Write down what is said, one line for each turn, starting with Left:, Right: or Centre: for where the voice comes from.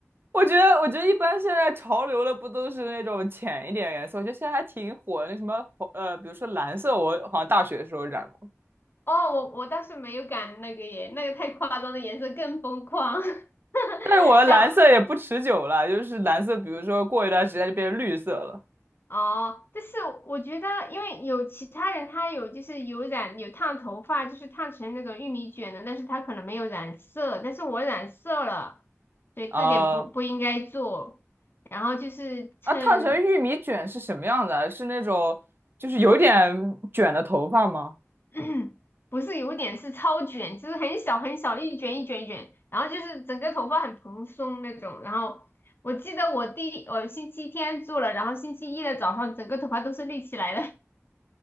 Right: 我觉得我觉得一般现在潮流的不都是那种浅一点颜色？我觉得现在还挺火的，那什么红呃，比如说蓝色，我好像大学的时候染过，
Left: 哦，我我倒是没有敢那个耶，那个太夸张的颜色更疯狂。<laughs>
Right: 但是我的蓝色也不持久了，
Left: 然后
Right: 就是蓝色，比如说过一段时间就变成绿色了。
Left: 哦，但是我觉得，因为有其他人他有就是有染有烫头发，就是烫成那种玉米卷的，但是他可能没有染色，但是我染色了，所以这点不不应该做。
Right: 啊、
Left: 然后就是趁
Right: 啊，烫成玉米卷是什么样的？是那种就是有点卷的头发吗？
Left: <coughs> <clears throat> 不是有点是超卷，就是很小很小一卷一卷一卷，然后就是整个头发很蓬松那种。然后我记得我第我星期天做了，然后星期一的早上整个头发都是立起来的。